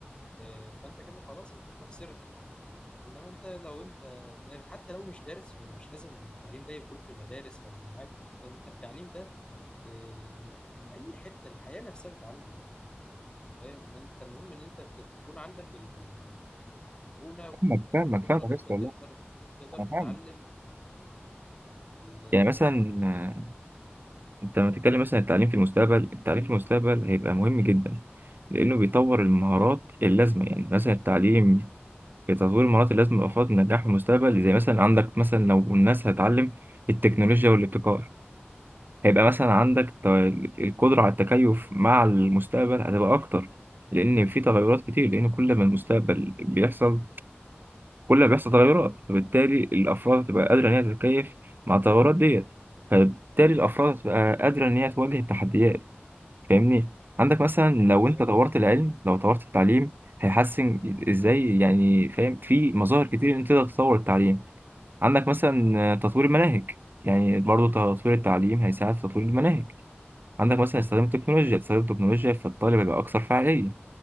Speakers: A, on the left (about 25°); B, on the right (about 55°).
A: إيه، فانت كده خلاص انت كده خسرت انما انت لو انت دارس حتى لو مش دارس فمش لازم التعليم ده يكون في مدارس او جامعات او كده انت التعليم ده إيه، من اي حته الحياه نفسها بتعلم فاهم انت المهم ان انت ت- تكون عندك ال- ال- المرونه
B: فاهمك فاهمك
A: والقدره
B: فاهمك
A: ان
B: يا
A: انت
B: اسطى
A: تقدر
B: والله
A: تقدر
B: انا
A: تتعلم
B: فاهم
A: ال- ال-
B: يعني مثلا آه، انت لما تتكلم مثلا عن التعليم في المستقبل التعليم في المستقبل هيبقى مهم جدا لانه بيطور المهارات اللازمه يعني مثلا التعليم في تطوير المهارات اللازمه لافراد النجاح في المستقبل زي مثلا عندك مثلا لو الناس هتتعلم التكنولوجيا والابتكار هيبقى مثلا عندك ت- القدرة على التكيف مع المستقبل هتبقى أكتر لأن في تغيرات كتير لأن كل ما المستقبل بيحصل كل ما بيحصل تغيرات فبالتالي الأفراد هتبقى قادرة إن هي تتكيف مع التغيرات ديت فبالتالي الأفراد هتبقى قادرة إن هي تواجه التحديات فاهمني عندك مثلا لو
A: بالظبط
B: أنت طورت العلم لو طورت التعليم هيحسن إزاي يعني فاهم في مظاهر كتير إن أنت تقدر تطور التعليم عندك مثلا تطوير المناهج يعني برضه تطوير التعليم هيساعد في تطوير المناهج عندك مثلا استخدام تكنولوجيا استخدام التكنولوجيا فالطالب هيبقى أكثر فعالية